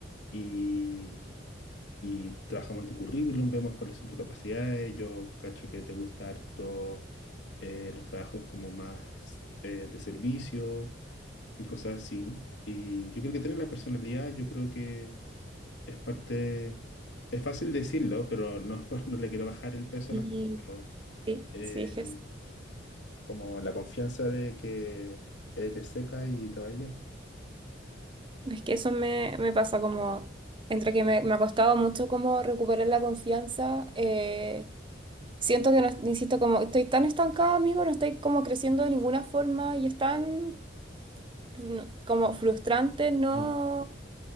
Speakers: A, on the left (about 70°); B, on the right (about 25°).
A: y, y trabajamos en tu currículum, vemos cuáles son tus capacidades. Yo cacho que te gusta harto eh, los trabajos como más eh, de servicio y cosas así. Y yo creo que tener la personalidad, yo creo que es parte, es fácil decirlo, pero no, es por- no le quiero bajar el peso
B: Sí,
A: a las cosas, pero
B: sí,
A: eh,
B: sí, es que,
A: como la confianza de que eres seca y te va a ir bien.
B: es que eso me, me pasa como, entre que me, me ha costado mucho como recuperar la confianza, eh, siento que, no, insisto, como estoy tan estancada, amigo, no estoy como creciendo de ninguna forma y es tan no, como frustrante, ¿no?
A: Mm.